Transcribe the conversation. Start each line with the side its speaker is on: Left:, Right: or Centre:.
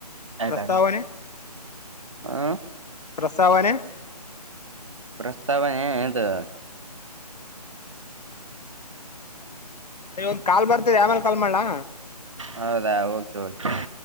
Right: ಏ
Left: ಪ್ರಸ್ತಾವನೆ
Right: ಬೇಡ ಆ
Left: ಸವನ್
Right: ಪ್ರಸ್ತಾವನೆದು
Left: ಸರಿ ಒಂದ್ ಕಾಲ್ ಬರ್ತಿದೆ ಆಮೇಲೆ ಕಾಲ್ ಮಾಡ್ಲಾ
Right: ಹೌದಾ ಓಕೆ ಓಕೆ
Left: ಹಾ